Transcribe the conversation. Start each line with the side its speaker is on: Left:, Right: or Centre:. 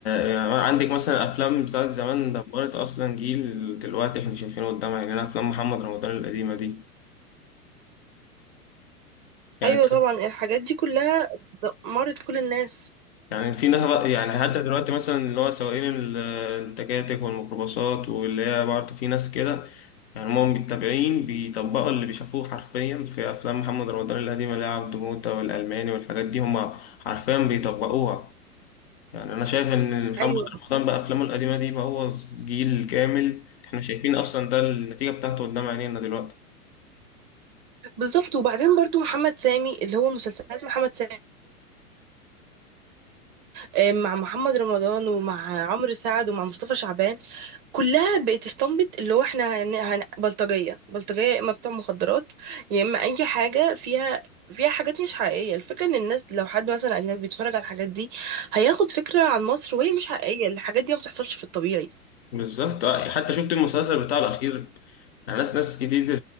Left: يعني عندك مثلا افلام بتاعت زمان دمرت اصلا جيل دلوقتي احنا شايفينه قدامنا يعني انا افلام محمد رمضان القديمة دي يعني
Right: ايوه طبعا الحاجات دي كلها دمرت كل الناس
Left: يعني في ناس بقى- يعني حتى دلوقتي مثلا اللي هو سواقين ال- التكاتك والميكروباصات واللي هي برضه في ناس كده يعني هم متابعين بيطبقوا اللي بيشافوه حرفيا في افلام محمد رمضان القديمه اللي هي عبده موته والالماني والحاجات دي هم حرفيا بيطبقوها يعني انا شايف ان محمد
Right: ايوه
Left: رمضان بافلامه القديمه دي بوظ جيل كامل احنا شايفين اصلا ده النتيجه بتاعته قدام عينينا دلوقتي
Right: بالظبط وبعدين برضو محمد سامي اللي هو مسلسلات محمد سامي آه، مع محمد رمضان ومع عمرو سعد ومع مصطفى شعبان كلها بقت استنبط اللي هو احنا هن... هن... بلطجية بلطجية يا اما بتوع مخدرات يا اما اي حاجة فيها فيها حاجات مش حقيقية الفكرة ان الناس لو حد مثلا اجنبي بيتفرج على الحاجات دي هياخد فكرة عن مصر وهي مش حقيقية الحاجات دي ما بتحصلش في الطبيعي
Left: بالظبط آه، حتى شفت المسلسل بتاعه الاخير يعني ناس ناس كتير